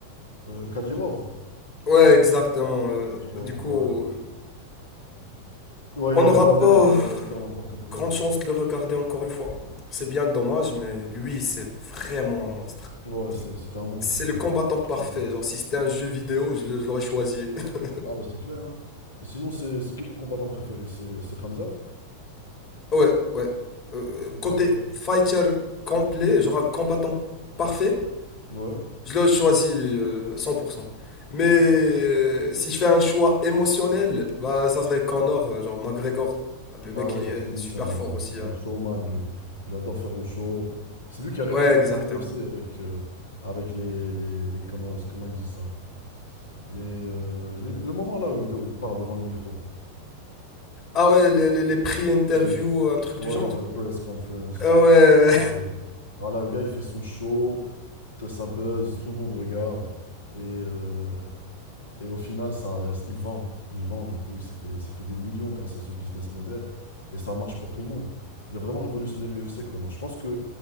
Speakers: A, on the left; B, on the left.
A: Euh, Kadirov.
B: Ouais, exactement. euh.
A: Kadirov,
B: Du coup,
A: ouais. Ouais,
B: on
A: il lui
B: n'aura
A: avait demandé
B: pas
A: de- d'arrêter de faire n'importe quoi.
B: grande chance de le regarder encore une fois. C'est bien dommage, mais lui, c'est vraiment un monstre.
A: Ouais,
B: Il-
A: c'est- c'était un monstre.
B: C'est
A: euh,
B: le combattant parfait.
A: ouais.
B: Genre, si c'était un jeu vidéo, je le- je l'aurais choisi. <laughs>
A: Ah bah c'est clair, hein. Et sinon, c'est c'est qui ton combattant préféré? C'est c'est Khamzat?
B: Ouais, ouais. Euh,
A: Le Khamzat.
B: côté fighter complet, genre un combattant parfait,
A: Ouais.
B: Je le choisis euh, 100%. Mais euh, si je fais un choix émotionnel, bah, ça serait Connor, euh, genre McGregor. Le mec,
A: Ah ouais,
B: il est
A: parce que lui,
B: super
A: c'est un,
B: fort aussi.
A: c'est
B: hein.
A: un showman, lui. Il adore faire le show. C'est lui qui a révolutionné
B: Ouais, exactement.
A: l'UFC avec, euh, avec les, les, les- Comment, comment il dit ça? Les, euh, les- le moment là où il, do- il parle devant le micro.
B: Ah ouais, les, les, les prix interview,
A: Euh,
B: un truc
A: ouais,
B: du genre.
A: genre les press conferences
B: Ah ouais,
A: Euh, voilà, le gars, il fait son show, t- ça buzz, tout le monde regarde. Et euh, Et au final, ça, il vend. Il vend, du coup, il s'est fait, il s'est fait des millions grâce à ce business model. Et ça marche pour tout le monde. Il a vraiment révolutionné l'UFC, Conor. Je pense que